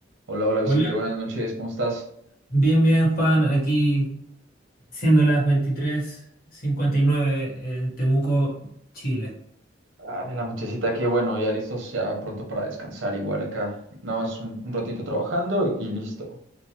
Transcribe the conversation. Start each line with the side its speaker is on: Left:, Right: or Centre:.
Right: Hola, hola Vicente,
Left: Hola,
Right: buenas noches, ¿cómo estás?
Left: bien, bien, Juan, aquí siendo las veintitrés cincuenta y nueve en Temuco, Chile.
Right: Ah, en la nochecita aquí, bueno, ya listos, ya pronto para descansar, igual acá, nada más un, un ratito trabajando y listo.